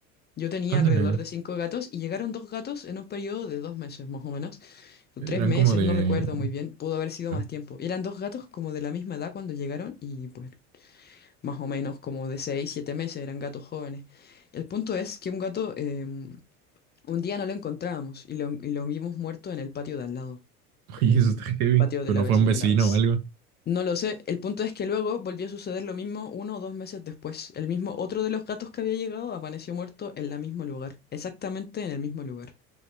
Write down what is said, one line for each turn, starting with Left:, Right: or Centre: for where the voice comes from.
Left: Yo tenía
Right: Ándale,
Left: alrededor de cinco gatos, y llegaron dos gatos en un periodo de dos meses, más o menos. O
Right: Eran
Left: tres meses,
Right: como de.
Left: no recuerdo muy bien, pudo haber sido
Right: <laughs>
Left: más tiempo. Eran dos gatos como de la misma edad cuando llegaron, y pues más o menos como de 6 7 meses, eran gatos jóvenes. El punto es que un gato, eh, un día no lo encontrábamos y lo, y lo vimos muerto en el patio de al lado, eh,
Right: Oye, eso está heavy.
Left: patio
Right: Pero
Left: de la
Right: no
Left: vecina
Right: fue un vecino
Left: de al lado. S-
Right: o algo.
Left: No lo sé, el punto es que luego volvió a suceder lo mismo uno o dos meses después. El mismo, otro de los gatos que había llegado apareció muerto en el mismo lugar, exactamente en el mismo lugar.